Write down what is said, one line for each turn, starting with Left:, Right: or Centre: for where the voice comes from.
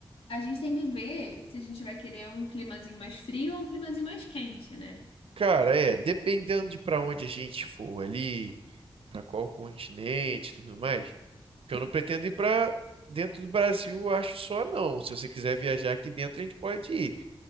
Left: a gente tem que ver se a gente vai querer um climazinho mais frio ou um climazinho mais quente, né?
Right: Cara, é, dependendo de para onde a gente for ali, para qual continente, e tudo mais, porque eu não pretendo ir para dentro do Brasil, eu acho só não. Se você quiser viajar aqui dentro, a gente pode ir,